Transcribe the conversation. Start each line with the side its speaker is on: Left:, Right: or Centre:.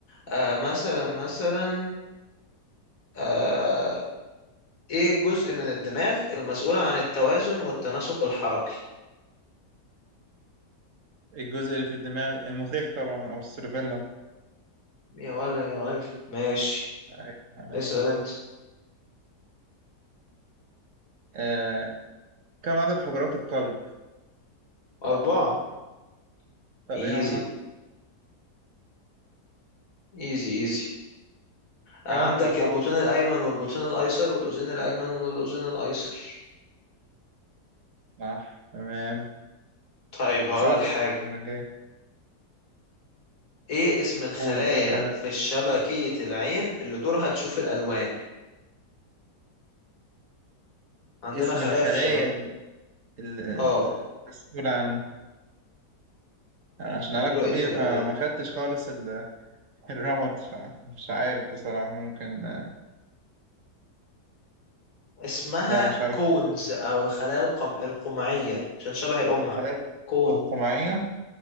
Left: آه مثلا مثلا آه، ايه الجزء من الدماغ المسؤول عن التوازن والتناسق الحركي
Right: الجزء اللي في الدماغ المخيخ طبعا أو السيربيلا
Left: يا ولا يا ولا ماشي
Right: أيوة، عليا.
Left: اسأل انت
Right: آه، كم عدد حجرات القلب
Left: أربعة
Right: طب
Left: ايزي
Right: ايه هما
Left: ايزي ايزي عندك
Right: ايه هما الأربعة
Left: البطين الأيمن والبطين الأيسر والأذين الأيمن والأذين الأيسر
Right: صح تمام
Left: طيب هقولك
Right: صعب الأسئلة
Left: حاجة
Right: المرة الجاية
Left: ايه اسم الخلايا
Right: قول قول تمام
Left: في شبكية العين اللي دورها تشوف الألوان عندنا
Right: اسم
Left: خلايا
Right: الخلايا
Left: في شبكة
Right: ال- ال-
Left: اه
Right: المسؤولة عن يعني عشان
Left: عن
Right: علاج
Left: رؤية
Right: طبيعي
Left: الألوان
Right: فما خدتش خالص ال- الرمد فمش عارف بصراحة ممكن
Left: اسمها
Right: لا مش عارف
Left: كونز أو الخلايا القم... القمعية عشان شبه القمع
Right: الخلايا
Left: كون
Right: القمعية